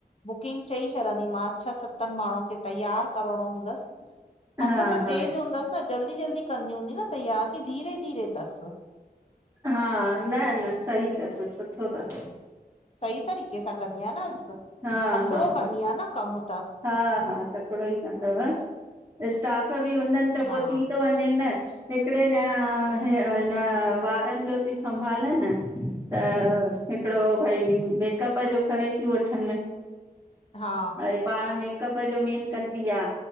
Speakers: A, on the left; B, on the right.
A: बुकिंग चई छॾंदीमांसि छह सतनि माण्हुनि खे तयार करणो हूंदस। हथ
B: हा
A: त
B: हा
A: तेज हूंदसि न, जल्दी जल्दी कंदी हूंदी न तयार की धीरे धीरे थस।
B: हा, न न सही तस सुठो थस।
A: सही तरीक़े सां कंदी आहियां न
B: हा
A: तकिॾो
B: हा
A: कंदी
B: हा
A: आह न कमु त
B: हा, हा तकिॾो ई कंदव। स्टाफ बि हूंदनि त
A: हा
B: पोइ थी थो वञेन न। हिकिॾे ॼणा हि हिन वारनि जो थी संभाले न। त हिकिड़ो भई मेकअप जो करे थी वठ अ
A: हा
B: पाण मेकअप जो मेन कंदी आ